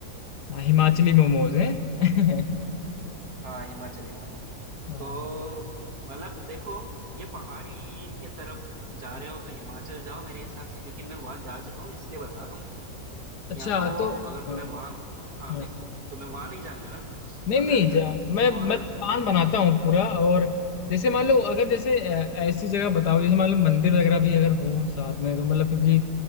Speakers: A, on the left (about 85°); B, on the right (about 65°).
A: हाँ, हिमाचली मोमोज हैं <laughs>
B: हाँ हिमाचली मोमो
A: हाँ,
B: तो मतलब देखो ये पहाड़ी के तरफ जा रहे हो तो हिमाचल जाओ मेरे हिसाब से क्योंकि मैं वहां जा चुका हूँ इसलिए बता रहा हूँ
A: अच्छा
B: या तो
A: तो
B: अगर तुम्हें
A: हाँ
B: वहां हाँ
A: हाँ,
B: देखो तुम्हें वहां नहीं जाना है ना
A: नहीं
B: अगर
A: नहीं जा, मैं मैं
B: और
A: प्लान बनाता हूँ पूरा और जैसे मान लो अगर जैसे अ, ऐसी जगह बताओ जैसे मान लो मंदिर वगैरह भी अगर हो साथ में तो मतलब क्योंकि